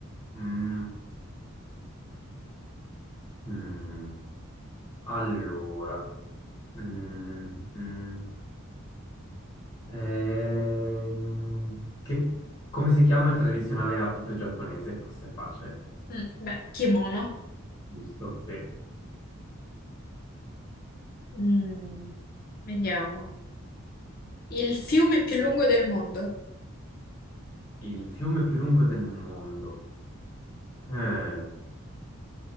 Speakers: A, on the left; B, on the left.
A: Mm, mm. Allora, mm, mm. Ehm, che- come si chiama il tradizionale abito giapponese? Questo è facile,
B: Mm, Beh, kimono.
A: giusto? Sì.
B: Mm, vediamo. Il fiume più lungo del mondo.
A: Il fiume più lungo del mondo. Eh,